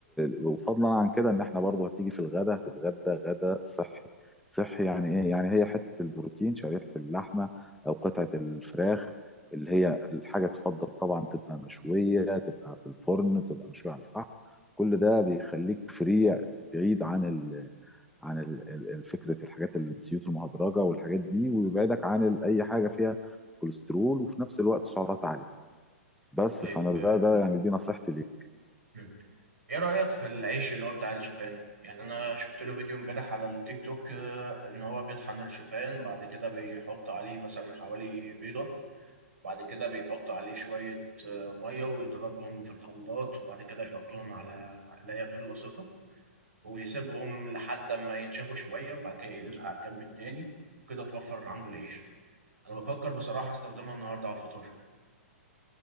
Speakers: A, in the centre; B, on the right.
A: وفضلا عن كده ان احنا برضو هتيجي في الغدا هتتغدى غدا صحي صحي يعني ايه يعني هي حته البروتين شريحه اللحمه او قطعه الفراخ اللي هي الحاجه تفضل طبعا تبقى مشويه تبقى في الفرن تبقى مشويه على الفحم كل ده بيخليك فري بعيد عن ال عن ال- ال- ال- فكره الحاجات الزيوت المهدرجه والحاجات دي ويبعدك عن ال- اي حاجه فيها كوليسترول وفي نفس الوقت سعرات عاليه بس
B: طيب
A: فانا
B: آه،
A: ده ده يعني دي نصيحتي ليك
B: مم. إيه رأيك في العيش اللي هو بتاع الشوفان؟ يعني أنا شفت له فيديو امبارح على التيك توك آه، إن هو بيطحن الشوفان بعد كده بيحط عليه مثلا حوالي بيضة بعد كده بيحطوا عليه شوية آه، مية ويضربهم في الخلاط وبعد كده يحطوهم على مقلاية غير لاصقة ويسيبهم لحد ما ينشفوا شوية وبعد كده يقلبها على الجنب التاني كده توفر عنده العيش أنا بفكر بصراحة استخدمها النهاردة على الفطار